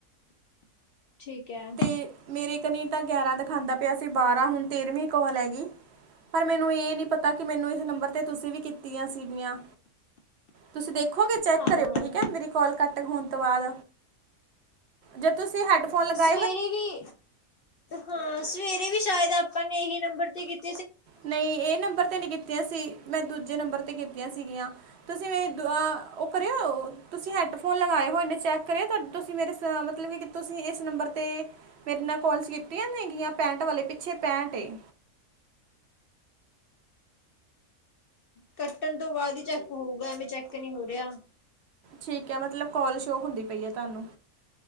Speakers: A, on the left; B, on the right.
A: ਠੀਕ ਹੈ
B: ਤੇ ਮੇਰੇ ਕਨੀ ਤਾਂ ਗਿਆਰਾਂ ਦਿਖਾਉਦਾ ਪਿਆ ਸੀ ਬਾਰਾਂ ਹੁਣ ਤੇਰਵੀਂ ਕੋਲ ਹੈਗੀ ਪਰ ਮੈਨੂੰ ਇਹ ਨੀ ਪਤਾ ਕਿ ਮੈਨੂੰ ਇਸ ਨੰਬਰ ਤੇ ਤੁਸੀਂ ਵੀ ਕੀਤੀਆਂ ਸੀਗੀਆਂ ਤੁਸੀਂ ਦੇਖੋਗੇ ਚੈੱਕ
A: ਹਾਂ
B: ਕਰਿਓ ਠੀਕ ਹੈ ਮੇਰੀ ਕੋਾਲ ਕੱਟ ਹੋਣ ਤੋਂ ਬਾਅਦ ਜੇ ਤੁਸੀਂ ਹੈਡਫੋਨ ਲਗਾ
A: ਸਵੇਰੇ ਵੀ ਹਾਂ ਸਵੇਰੇ ਵੀ ਸ਼ਾਇਦ ਆਪਾਂ ਨੇ ਇਹੀ ਨੰਬਰ ਤੇ ਕੀਤਾ
B: ਨਹੀਂ ਇਹ ਨੰਬਰ ਤੇ ਨੀ ਕੀਤੀਆਂ ਸੀ ਮੈਂ ਦੂਜੇ ਨੰਬਰ ਤੇ ਕੀਤੀਆਂ ਸੀਗੀਆਂ ਤੁਸੀਂ ਉਹ ਕਰਿਓ ਤੁਸੀਂ ਹੈਡਫੋਨ ਲਗਾਏ ਹੋਨੇ ਚੈੱਕ ਕਰਿਓ ਤੁਸੀਂ ਮੇਰੇ ਮਤਲਬ ਤੁਸੀਂ ਇਸ ਨੰਬਰ ਤੇ ਮੇਰੇ ਨਾਲ ਕੋਲਸ ਕੀਤੀਆਂ ਨੇਗੀਆਂ ਪੈਂਟ ਵਾਲੇ ਪਿੱਛੇ ਪੈਟਏ
A: ਕੱਟਣ ਤੋਂ ਬਾਅਦ ਹੀ ਚੈੱਕ ਹੋਊਗਾ ਐਵੇਂ ਚੈੱਕ ਨਹੀ ਹੋ ਰਿਹਾ
B: ਠੀਕ ਹੈ ਮਤਲਬ ਕੋਲ ਸ਼ੋਅ ਹੁੰਦੀ ਪਈ ਹੈ ਤੁਹਾਨੂੰ